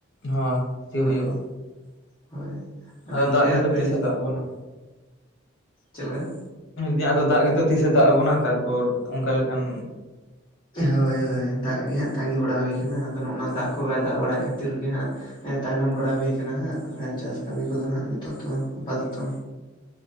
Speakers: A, on the left (about 60°); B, on the left (about 25°).
A: ᱦᱳᱭ ᱥᱤ
B: ᱦᱳᱭ
A: ᱦᱩᱭᱩᱜᱼᱟ
B: ᱦᱳᱭ
A: ᱟᱫᱚ
B: ᱜᱚᱝᱠᱮ
A: ᱫᱟᱜ ᱜᱮᱛᱚ
B: ᱟᱯᱮ
A: ᱛᱤᱥᱮ ᱫᱟᱜ ᱟ ᱵᱚᱱᱟ᱾
B: ᱪᱮᱫ ᱞᱮᱠᱟ?
A: ᱦᱚᱸ ᱫᱟᱜ ᱜᱮᱛᱚ ᱛᱤᱥᱮ ᱫᱟᱜ ᱟᱵᱚᱱᱟ ᱛᱟᱨᱯᱚᱨ ᱚᱱᱠᱟ ᱞᱮᱠᱟᱱ
B: ᱦᱳᱭ ᱦᱳᱭ ᱫᱟᱜ ᱜᱮ ᱦᱟᱸᱜ ᱛᱟᱺᱜᱤ ᱵᱟᱲᱟ ᱦᱩᱭ ᱠᱟᱱᱟ, ᱟᱫᱚ ᱱᱚᱜᱼ ᱚᱭ ᱚᱱᱟ ᱫᱟᱜ ᱠᱚᱜᱮ ᱵᱟᱭ ᱫᱟᱜ ᱵᱟᱲᱟᱭᱮᱫ ᱠᱷᱟᱹᱛᱤᱨ ᱜᱮ ᱦᱟᱸᱜ᱾ ᱮ ᱛᱟᱭᱱᱚᱢ ᱵᱟᱲᱟ ᱦᱩᱭ ᱠᱟᱱᱟ ᱦᱟᱸᱜ᱾ ᱪᱟᱥ ᱠᱟᱹᱢᱤ ᱠᱚᱫᱚ ᱦᱟᱸᱜ ᱱᱤᱛᱚᱜ ᱫᱚᱚ ᱟᱯᱟᱛᱚᱛᱚ